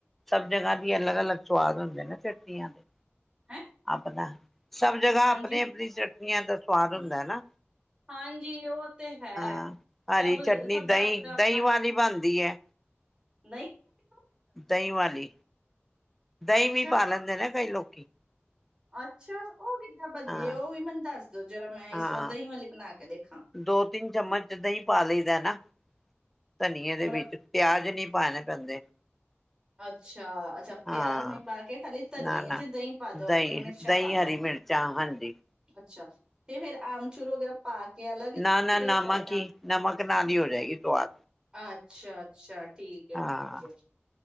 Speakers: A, in the centre; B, on the right.
A: ਸਭ ਜਗਾ ਦੀ ਅਲੱਗ-ਅਲਗ ਸਵਾਦ ਹੁੰਦੇ ਨਾ ਚਟਨੀਆਂ ਦੇ।
B: ਹੈ
A: ਆਪਦਾ ਸਭ ਜਗ੍ਹਾ
B: ਹਾਂਜੀ
A: ਅਪਣੀ ਅਪਣੀ ਚਟਨੀਆਂ ਦ ਸਵਾਦ ਹੁੰਦੈ ਨਾ।
B: ਹਾਂਜੀ ਔ ਤੇ ਹੈ
A: ਹਾਂ ਹਰੀ
B: ਸਭ ਸਭ
A: ਚਟਨੀ ਦਹੀਂ
B: ਦਾ ਅਪਣਾ ਅਪਣਾ
A: ਦਹੀਂ ਵਾਲੀ ਬਣਦੀ ਹੈ
B: ਨਹੀਂ ਐ।
A: ਦਹੀਂ ਵਾਲੀ। ਦਹੀਂ
B: ਅੱਛਾ
A: ਵੀ ਪਾ ਲੈਂਦੇ ਨਾ ਕਈ ਲੋਕੀ।
B: ਅੱਛਾ। ਉਹ ਕਿੱਦਾਂ ਬਣਦੀ
A: ਹਾਂ
B: ਹ ਔ ਵੀ ਮਨੂੰ ਦੱਸ ਦੋ ਜ਼ਰਾ ਮੈਂ ਇਸ
A: ਹਾਂ
B: ਵਾਰ ਦਹੀਂ ਵਾਲੀ ਬਣਾ ਕੇ ਦੇਖ
A: ਦੋ ਤਿੰਨ ਚਮਚ ਦਹੀਂ ਪਾ ਲਈ ਦੈ ਨਾ। ਧਨੀਏ ਦੇ
B: ਮਤਲਬ
A: ਵਿੱਚ ਪਿਆਜ ਨੀ ਪਾਣੇ ਪੈਂਦੇ।
B: ਅੱਛਾ ਅੱਛਾ ਪਿਆਜ
A: ਹਾਂ
B: ਨੀ ਪਾ ਕੇ ਖਾਲੀ ਧਨੀਏ
A: ਨਾ ਨਾ
B: ਚ ਦਹੀਂ ਪਾ ਦੋ
A: ਦਹੀਂ
B: ਤੇ ਮਿਰਚਾਂ
A: ਦਹੀਂ
B: ਪਾ ਦੋ।
A: ਹਰੀ ਮਿਰਚਾਂ ਹਾਂਜੀ
B: ਅੱਛਾ ਤੇ ਫੇਰ ਆਮਚੂਰ ਵਗੈਰਾ ਪਾ ਕੇ ਅਲੱਗ ਨੀ
A: ਨਾ
B: ਟੇਸਟ
A: ਨਾ ਨਮਕ
B: ਆਏਗਾ?
A: ਹੀ ਨਮਕ ਨਾਲ ਹੀ ਹੋ ਜਾਏਗੀ ਸਵਾਦ
B: ਅੱਛਾ ਅੱਛਾ, ਠੀਕ ਏ
A: ਹਾਂ
B: ਠੀਕ ਏ।